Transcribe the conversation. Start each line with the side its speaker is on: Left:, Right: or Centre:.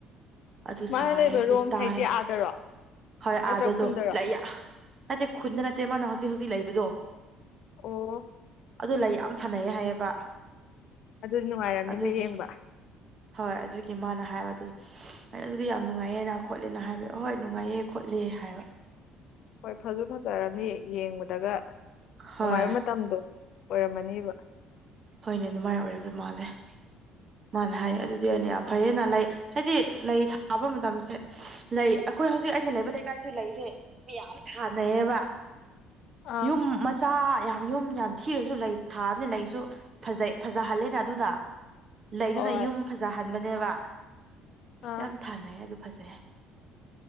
Right: ꯑꯗꯨ
Left: ꯃꯥꯅ
Right: ꯁꯥꯔꯦ
Left: ꯂꯩꯕ
Right: ꯑꯗꯨ
Left: ꯔꯣꯝ
Right: ꯇꯥꯔꯦ
Left: ꯍꯥꯏꯗꯤ ꯑꯥꯗꯔꯣ
Right: ꯍꯣꯏ
Left: ꯅꯠꯇ꯭ꯔ
Right: ꯑꯥꯗꯗꯣ
Left: ꯈꯨꯟꯗꯔꯣ
Right: ꯂꯩꯌꯥ ꯅꯠꯇꯦ ꯈꯨꯟꯗ ꯅꯠꯇꯦ ꯃꯥꯅ ꯍꯧꯖꯤꯛ ꯍꯧꯖꯤꯛ ꯂꯩꯕꯗꯣ
Left: ꯑꯣ
Right: ꯑꯗꯨ ꯂꯩ ꯌꯥꯝ ꯊꯥꯅꯩ ꯍꯥꯏꯌꯦꯕ꯫
Left: ꯑꯗꯨꯗꯤ ꯅꯨꯡꯉꯥꯏꯔꯝꯅꯤꯅ
Right: ꯑꯗꯨꯒꯤ
Left: ꯌꯦꯡꯕ
Right: ꯍꯣꯏ ꯑꯗꯨꯒꯤ ꯃꯥꯅ ꯍꯥꯏꯕ ꯑꯗꯨ ꯑꯩꯅ ꯑꯗꯨꯗꯤ ꯌꯥꯝ ꯅꯨꯡꯉꯥꯏꯌꯦꯅ ꯈꯣꯠꯂꯦꯅ ꯍꯥꯏꯕꯤ ꯑꯍꯣꯏ ꯅꯨꯡꯉꯥꯏꯌꯦ ꯈꯣꯠꯂꯦ ꯍꯥꯏꯕ꯫
Left: ꯍꯣꯏ ꯐꯖꯨ ꯐꯖꯔꯅꯤ ꯌꯦꯡꯕꯗꯒ
Right: ꯍꯣꯏ
Left: ꯅꯨꯡꯉꯥꯏꯕ ꯃꯇꯝꯗꯣ꯫ ꯑꯣꯏꯔꯝꯃꯅꯤꯕ
Right: ꯍꯣꯏꯅꯦ ꯗꯨꯃꯥꯏ ꯑꯣꯏꯔꯝꯗꯨꯏ ꯃꯥꯜꯂꯦ꯫ ꯃꯥꯅ ꯍꯥꯏꯌꯦ ꯑꯗꯨꯗꯤ ꯑꯩꯅ ꯌꯥꯝ ꯐꯩꯌꯦꯅ ꯂꯩ ꯍꯥꯏꯗꯤ ꯂꯩ ꯊꯥꯕ ꯃꯇꯝꯁꯦ ꯂꯩ ꯑꯈꯣꯏ ꯍꯧꯖꯤꯛ ꯑꯩꯅ ꯂꯩꯕ ꯂꯩꯀꯥꯏꯁꯨ ꯂꯩꯁꯦ ꯃꯤꯌꯥꯝ ꯊꯥꯅꯩꯌꯦꯕ꯫
Left: ꯑꯥ
Right: ꯌꯨꯝ ꯃ ꯆꯥ ꯌꯥꯝ ꯌꯨꯝ ꯌꯥꯝ ꯊꯤꯔꯁꯨ ꯂꯩ ꯊꯥꯕꯅꯤꯅ ꯂꯩꯁꯨ ꯐꯖꯩ ꯐꯖꯍꯜꯂꯦꯅ ꯑꯗꯨꯅ ꯂꯩꯗꯨꯅ
Left: ꯍꯣꯏ
Right: ꯌꯨꯝ ꯐꯖꯍꯟꯕꯅꯦꯕ
Left: ꯑꯥ
Right: ꯌꯥꯝ ꯊꯥꯅꯩ ꯑꯗꯨ ꯐꯖꯩ꯫